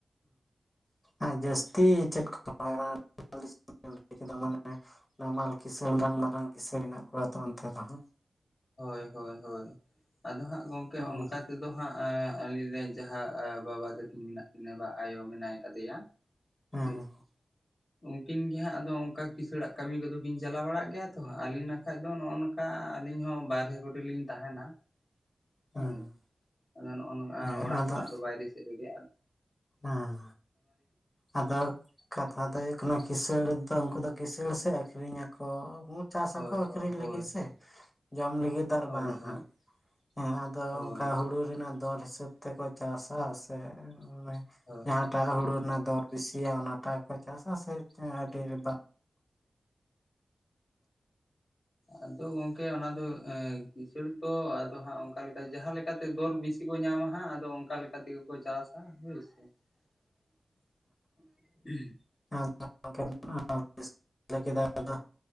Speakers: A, on the left; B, on the left.
A: ᱟᱨ ᱡᱟᱹᱥᱛᱤ ᱪᱮᱫ ᱠᱚ? <inaudible> ᱟᱹᱛᱩ ᱫᱤᱥᱚᱢ ᱞᱟᱹᱭ ᱠᱮᱫᱟ ᱢᱟᱱᱮ ᱱᱟᱢᱟᱞ ᱠᱤᱸᱤᱥᱟᱺᱬ ᱵᱟᱝ ᱢᱟᱨᱟᱝ ᱠᱤᱸᱥᱟᱺᱬ ᱦᱮᱱᱟᱜ ᱠᱚᱣᱟ ᱛᱚ ᱚᱱᱛᱮ ᱫᱚᱦᱟᱸᱜ ᱾
B: ᱦᱳᱭ ᱦᱳᱭ ᱦᱳᱭ ᱟᱫᱚ ᱦᱟᱸᱜ ᱜᱚᱢᱠᱮ
A: ᱦᱩᱸ
B: ᱚᱱᱠᱟ ᱛᱮ ᱟᱫᱚ ᱦᱟᱸᱜ ᱮᱸ ᱟᱞᱤᱧᱨᱮ ᱡᱟᱦᱟᱸ ᱵᱟᱵᱟ ᱛᱟᱹᱠᱤᱱ ᱢᱮᱱᱟᱜ ᱠᱤᱱᱟᱹ ᱵᱟ ᱟᱭᱳ ᱢᱮᱱᱟᱭ ᱠᱟᱫᱮᱭᱟ ᱾
A: ᱦᱩᱸ
B: ᱦᱚᱭᱥᱮ ᱾ ᱩᱱᱠᱤᱱ ᱜᱮ ᱦᱟᱸᱜ ᱟᱫᱚ ᱚᱱᱠᱟ ᱠᱤᱥᱟᱹᱲᱟᱜ ᱠᱟᱹᱢᱤ ᱠᱚᱫᱚ ᱠᱤᱱ ᱪᱟᱞᱟᱣ ᱵᱟᱲᱟᱜ ᱜᱮᱭᱟ ᱛᱚ ᱟᱹᱞᱤᱧᱱᱟᱜ ᱵᱟᱠᱷᱟᱡ ᱫᱚ ᱱᱚᱜᱼᱚ ᱱᱚᱝᱠᱟ ᱟᱹᱞᱤᱧ ᱦᱚᱸ ᱵᱟᱨᱭᱮ ᱠᱚᱨᱮ ᱞᱤᱧ ᱛᱟᱦᱮᱸᱱᱟ ᱾
A: ᱦᱩᱸ
B: ᱦᱳᱭ, ᱟᱫᱚ ᱱᱚᱜᱼᱚ ᱱᱚᱣᱟ
A: ᱦᱮᱸ
B: ᱚᱲᱟᱜ
A: ᱟᱫᱚ
B: ᱠᱷᱚᱱᱟᱜ ᱫᱚ ᱵᱟᱭᱨᱮ ᱥᱮᱫ ᱨᱮᱜᱮᱭᱟ ᱾
A: ᱦᱮᱸ ᱟᱫᱚ ᱠᱟᱛᱷᱟ ᱫᱚ ᱦᱩᱭᱩᱜ ᱠᱟᱱᱟ ᱠᱤᱸᱤᱥᱟᱺᱬ ᱫᱚ ᱩᱱᱠᱩ ᱫᱚ ᱠᱤᱸᱟᱺᱬ ᱥᱮ ᱟᱹᱠᱷᱨᱤᱧᱟᱠᱚ ᱩᱛ ᱪᱟᱥᱟᱠᱚ
B: ᱦᱳᱭ
A: ᱟᱹᱠᱷᱨᱤᱧ
B: ᱦᱳᱭ
A: ᱞᱟᱹᱜᱤᱫ
B: ᱦᱳᱭ
A: ᱥᱮ ᱡᱚᱢ ᱞᱟᱹᱜᱤᱫ ᱫᱚ ᱟᱨ
B: ᱦᱳᱭ
A: ᱵᱟᱝ
B: ᱦᱳᱭ
A: ᱦᱟᱸᱜ ᱾ ᱦᱮᱸ ᱟᱫᱚ
B: ᱦᱳᱭ
A: ᱚᱱᱠᱟ ᱦᱩᱲᱩ ᱨᱮᱱᱟᱜ ᱫᱚᱨ ᱦᱤᱥᱟᱹᱵ ᱛᱮᱠᱚ ᱪᱟᱥᱟ ᱥᱮ ᱚᱱᱟ
B: ᱦᱳᱭ
A: ᱮᱴᱟᱜᱟᱜ ᱦᱩᱲᱩ ᱨᱮᱱᱟᱜ ᱫᱚᱨ ᱵᱮᱥᱤᱭᱟ ᱚᱱᱟᱴᱟᱜ ᱠᱚ ᱪᱟᱥᱟ ᱥᱮ ᱟᱹᱰᱤ <inaudible> ᱾
B: ᱟᱫᱚ ᱜᱚᱝᱠᱮ ᱚᱱᱟ ᱫᱚ ᱮᱸ ᱠᱤᱥᱟᱺᱬ ᱫᱚ ᱟᱫᱚ ᱦᱟᱸᱜ ᱚᱱᱠᱟ ᱞᱮᱠᱟ ᱡᱟᱦᱟᱸᱞᱮ ᱪᱮᱠᱟᱛᱮ ᱫᱚᱨ ᱵᱤᱥᱤ ᱠᱚ ᱧᱟᱢᱟ ᱦᱟᱸᱜ ᱟᱫᱚ ᱚᱱᱠᱟ ᱞᱮᱠᱟ ᱛᱮᱜᱮ ᱠᱚ ᱪᱟᱥᱟ ᱦᱳᱭᱥᱮ ᱾ <unintelligible>
A: <inaudible> ᱞᱟᱹᱭ ᱠᱮᱫᱟ ᱟᱫᱚ